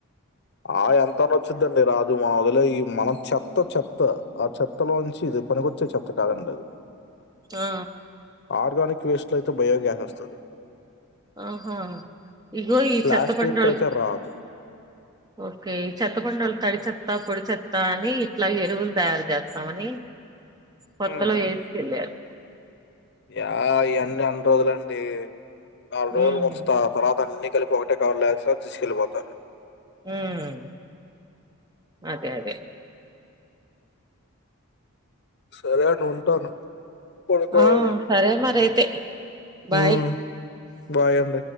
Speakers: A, on the left (about 50°); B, on the right (about 20°).
A: ఆ ఎంతని వచ్చుంటుంది రాద్ ఇది మ వదిలే ఈ మన చెత్త చెత్త ఆ చెత్తలోంచి ఇది పనికొచ్చే చెత్త కాదండి అది
B: ఆ
A: ఆర్గానిక్ వేస్ట్లో అయితే బయోగ్యాస్ వస్తది
B: ఆహా ఇగో ఈ
A: ప్లాస్టిక్
B: చెత్తబండోళల్
A: అయితే రాదు
B: ఓకే ఈ చెత్తబండోల్ తడి చె త్త పొడి చెత్తా అని ఇట్లా ఎరువులు తయారు చేస్తమని కొత్తలో
A: హ్మ్
B: వేసుకెల్లార్
A: యా ఈయన్ని రోజులండి నాల్ రోజుల్
B: ఉమ్
A: ముచ్చట తర్వ అన్ని కలిపి ఒకటే కవర్ ఏస్తర్ తీస్కెళ్ళిపోతారు.
B: హ్మ్ అదే అదే
A: సరే అండి ఉంటాను పడుకోవాలి
B: ఆ సరే మరి అయితే బాయ్
A: హ్మ్ బాయ్ అండి